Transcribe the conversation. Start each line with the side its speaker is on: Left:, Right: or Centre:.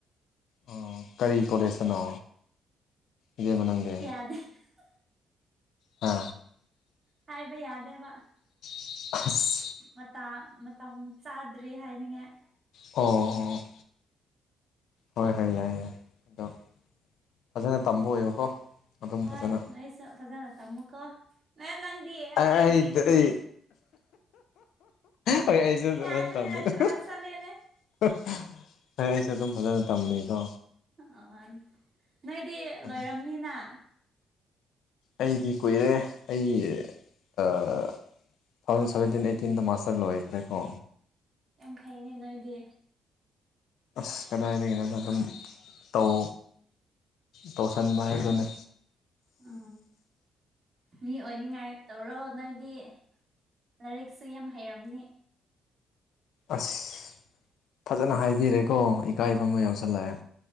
Left: ꯑꯣ ꯀꯔꯤ ꯀꯣꯂꯦꯖꯇꯅꯣ ꯏꯕꯦꯃ ꯅꯪꯗꯤ
Right: <unintelligible>
Left: ꯍꯥ
Right: ꯍꯥꯏꯕ ꯌꯥꯗꯦꯕ
Left: <unintelligible>
Right: ꯃꯇꯥ ꯃꯇꯝ ꯆꯥꯗ꯭ꯔꯤ ꯍꯥꯏꯅꯤꯡꯉꯥꯏ
Left: ꯑꯣ ꯑꯣ ꯍꯣꯏ ꯍꯣꯏ ꯌꯥꯏ ꯌꯥꯏ ꯑꯗꯣ ꯐꯖꯅ ꯇꯝꯕ ꯑꯣꯏꯌꯣꯀꯣ ꯑꯗꯨꯝ
Right: ꯍꯣꯏ
Left: ꯐꯖꯅ
Right: ꯅꯣꯏꯁꯨ ꯐꯖꯅ ꯇꯃꯨꯀꯣ ꯅ ꯅꯪꯗꯤ
Left: ꯑ ꯑꯩ
Right: ꯐꯥꯒꯤꯅꯤ
Left: ꯑꯩ ꯍꯣꯏ ꯑꯩꯖꯨ <unintelligible>
Right: ꯌꯥꯗ꯭ꯔꯦ ꯀꯟꯇ꯭ꯔꯥꯁ ꯆꯠꯂꯦꯅꯦ
Left: ꯁꯦ ꯑꯗꯨꯝ ꯐꯖꯅ ꯇꯝꯃꯤꯀꯣ
Right: ꯑ ꯅꯣꯏꯗꯤ
Left: ꯑꯗꯣ
Right: ꯂꯣꯏꯔꯝꯅꯤꯅ
Left: ꯑꯩꯗꯤ ꯀꯨꯏꯔꯦ ꯑꯩ ꯑꯥ ꯇꯨ ꯊꯥꯎꯖꯟ ꯁꯦꯟꯇꯤꯟ ꯑꯩꯇꯤꯟꯗ ꯃꯥꯁꯇꯔ ꯂꯣꯏꯈ꯭ꯔꯦꯀꯣ
Right: ꯌꯥꯝ ꯐꯩꯅꯦ ꯅꯣꯏꯗꯤ
Left: ꯑꯁ ꯀꯗꯥꯏꯗꯒꯤꯅꯣꯗ ꯑꯗꯨꯝ ꯇꯧ ꯇꯧꯁꯟꯕ ꯍꯥꯏꯗꯨꯅꯦ
Right: ꯑ ꯃꯤ ꯑꯣꯏꯅꯤꯡꯉꯥꯏ ꯇꯧꯔꯣ ꯅꯣꯏꯗꯤ ꯂꯥꯏꯔꯤꯛꯁꯨ ꯌꯥꯝ ꯍꯩꯔꯝꯅꯤ
Left: ꯑꯁ ꯐꯖꯅ ꯍꯥꯏꯕꯤꯔꯦꯀꯣ ꯏꯀꯥꯏꯕ ꯑꯃ ꯌꯥꯎꯁꯜꯂꯑꯦ